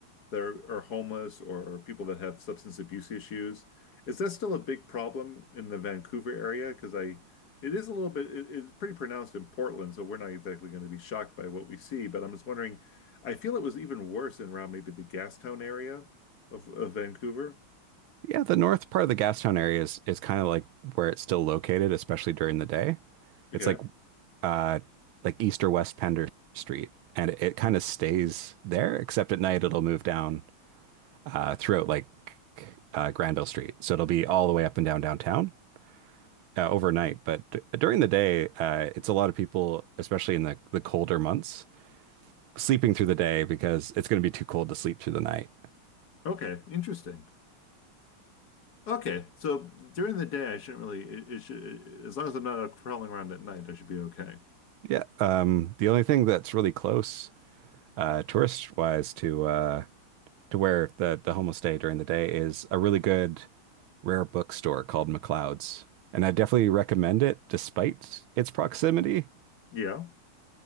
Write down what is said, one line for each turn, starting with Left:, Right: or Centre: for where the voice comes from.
Left: that are, are homeless or people that have substance abuse issues. Is that still a big problem in the Vancouver area? Because I, it is a little bit, it- it's pretty pronounced in Portland, so we're not exactly going to be shocked by what we see. But I'm just wondering, I feel it was even worse in around maybe the Gastown area of, of Vancouver.
Right: Yeah, the north part of the Gastown area is is kind of like where it's still located, especially during the day.
Left: Okay.
Right: It's like uh, like east or west Pender Street, and it, it kind of stays there, except at night it'll move down uh, throughout like uh, Granville Street. So it'll be all the way up and down downtown uh, overnight. But d- during the day, uh, it's a lot of people, especially in the, the colder months, sleeping through the day because it's going to be too cold to sleep through the night.
Left: Okay. Interesting. Okay. So during the day, I shouldn't really, it, it should, as long as I'm not out prowling around at night, I should be okay.
Right: Yeah. Um, the only thing that's really close, uh, tourist wise, to uh, to where the the homestay during the day is a really good rare bookstore called McLeod's, and I definitely recommend it despite its proximity
Left: Yeah.